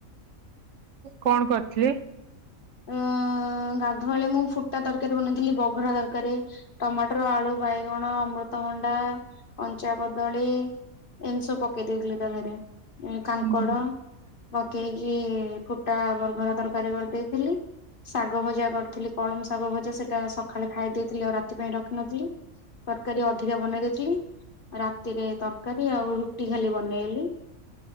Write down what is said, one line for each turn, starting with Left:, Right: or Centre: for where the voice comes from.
Right: କଣ କରିଥିଲେ?
Left: ଅଁ ଗାଧୁଆଳେ ମୁଁ ଫୁଟା ତରକାରୀ ବନେଇଥିଲି ବଘରା ତରକାରୀ। ଟମାଟର, ଆଳୁ, ବାଇଗଣ, ଅମୃତଭଣ୍ଡା, କଞ୍ଚା କଦଳୀ ଏମ୍ ତି ସବୁ ପକେଇ ଦେଇଥିଲି ତା ଦେହେରେ। କାଙ୍କଡ
Right: ହୁଁ
Left: ପକେଇକି ଫୁଟା ବରଘରା ତରକାରୀ କରିଦେଇଥିଲି। ଶାଗ ଭଜା କରିଥିଲି କଳମ ଶାଗ ଭଜା ସେଟା ସକାଳେ ଖାଇ ଦେଇଥିଲେ ଆଉ ରାତି ପାଇଁ ରଖିନଥିଲି। ତରକାରୀ ଅଧିକା ବନେଇ ଦେଇଥିଲି। ରାତିରେ ତରକାରୀ ଆଉ ରୁଟି ଖାଲି ବନେଇଲି।